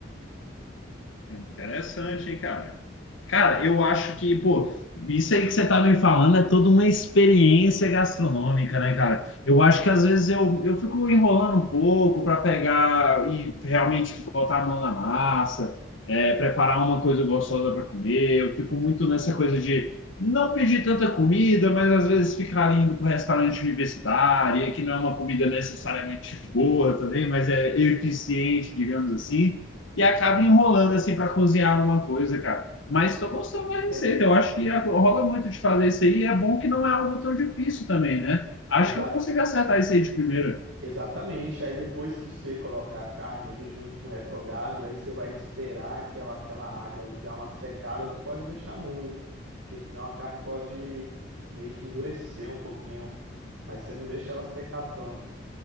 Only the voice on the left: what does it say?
Interessante, hein, cara? Cara, eu acho que, pô, isso aí que você tá me falando é toda uma experiência gastronômica, né, cara? Eu acho que às vezes eu, eu fico enrolando um pouco para pegar e realmente botar a mão na massa, é, preparar uma coisa gostosa para comer. Eu fico muito nessa coisa de não pedir tanta comida, mas às vezes ficar ali indo pro restaurante universitário, e que não é uma comida necessariamente boa também, mas é eficiente, digamos assim e acaba enrolando assim para cozinhar alguma coisa, cara. Mas estou gostando da receita.
Eu acho que rola muito de fazer isso aí. E é bom que não é algo tão difícil também, né? Acho
que eu consigo acertar isso aí de primeira.